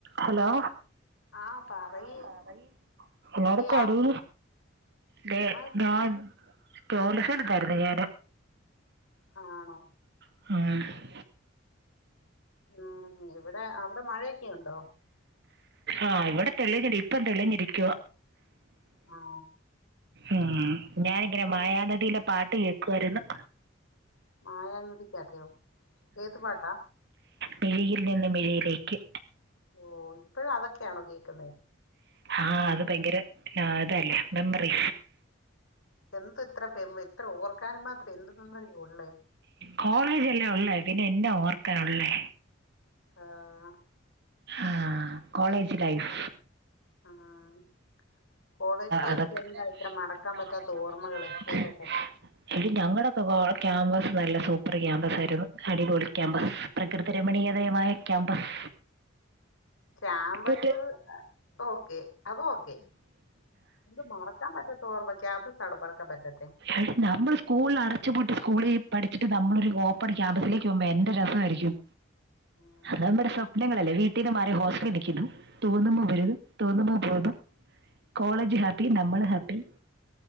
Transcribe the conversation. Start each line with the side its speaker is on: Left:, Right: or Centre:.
Right: Hello.
Left: ആഹ് പറയ്
Right: ആഹ് പറയ് ഇന്നോട്
Left: എവിടെയാ
Right: പടി ദേ
Left: ചുമ്മാ
Right: <unintelligible>
Left: ഇരിക്കുവ
Right: <unintelligible>
Left: ആണോ?
Right: ഉം
Left: ഉം ഇവടെ അവടെ മഴൊക്കെണ്ടോ?
Right: ആഹ് ഇവടെ തെളിഞ്ഞെടീ ഇപ്പം തെളിഞ്ഞിരിക്കുവ.
Left: ആഹ്
Right: ഉം ഞാനിങ്ങനെ
Left: പിന്നെ
Right: മായാനദിയിലെ പാട്ട് കേക്കുവായിരുന്നു.
Left: മായാനദി ക്ക്യക്കോ ഏത് പാട്ടാ?
Right: മിഴിയിൽ ലെന്ന് മിഴിയിലേക്ക്.
Left: ഓ ഇപ്പഴോ അതൊക്ക്യെണോ കേക്ക്ന്നെ.
Right: ആഹ് അത് ഭയങ്കര <unintelligible> തല്ലേ മെമ്മറി.
Left: എന്ത് ത്ര പെർവ് ഇത്ര ഓർക്കാനും മാത്രം എന്തു മെമ്മറിയുളെ.
Right: കോളേജല്ലേ ഒള്ളേ പിന്നെ എന്നാ ഓർക്കാനുള്ളേ?
Left: ആഹ്
Right: ആഹ് കോളേജ് ലൈഫ്.
Left: ആഹ് കോളേജ് ലൈഫിലെന്താ
Right: അതൊക്കെ
Left: ഇത്ര മറക്കാൻ പറ്റാത്ത ഓർമ്മകള് കേക്കട്ടെ
Right: എടീ ഞങ്ങടെക്കെ കോ ക്യാമ്പസ് നല്ല സൂപ്പറ് ക്യാമ്പസായിരുന്നു അടിപൊളി ക്യാമ്പസ്. പ്രകൃതിരമണീയതയമായ ക്യാമ്പസ്.
Left: ക്യമ്പസ്
Right: മറ്റേ
Left: ഓക്കെ അതൊക്കെ എന്ത് മറക്കാപറ്റാ ഓർമ ക്യാമ്പസാണ് മറക്കാൻ പറ്റാത്തെ
Right: എടീ നമ്മള് സ്കൂളിൽ അടച്ച് പൂട്ടി സ്കൂളി പഠിച്ചിട്ട് നമ്മളൊരു ഓപ്പൺ ക്യാമ്പസിലേക്ക് പോവുമ്പോ എന്ത് രസവായിരിക്കും.
Left: ഉം,
Right: അതമ്മട സ്വപ് നങ്ങളല്ലേ വീട്ടീന്ന് മാറി ഹോസ്റ്റലിൽ നിക്കുന്നു തോന്ന്മ്പോ വെരും തോന്ന്മ്പോ പോകും. കോളേജ് ഹാപ്പി നമ്മള് ഹാപ്പി